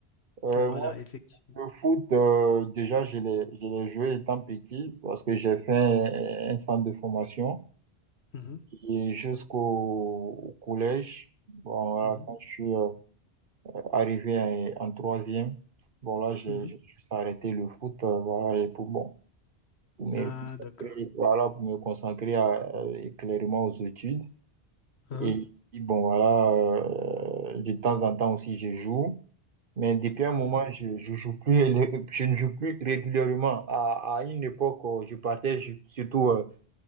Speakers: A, on the right; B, on the left.
A: Euh,
B: Voilà,
A: moi,
B: effectivement.
A: le foot, euh, déjà, je l'ai, je l'ai joué étant petit parce que j'ai fait un, un centre de formation.
B: Mhm,
A: et jusqu'au au collège. Bon, voilà,
B: mhm,
A: quand je suis euh, arrivé en en troisième, bon, là, j'ai
B: mhm.
A: j'ai juste arrêté le foot, euh, voilà, et pour, bon, pour me
B: Ah,
A: concentrer,
B: d'accord.
A: voilà, pour me concentrer à- euh, clairement aux études.
B: Hein,
A: Et, puis, bon, voilà, euh, de temps en temps aussi, je joue. Mais depuis un moment,
B: mhm,
A: je, je joue plus, <laughs> ré- je ne joue plus régulièrement. À, à une époque, euh, je partais ju- surtout euh,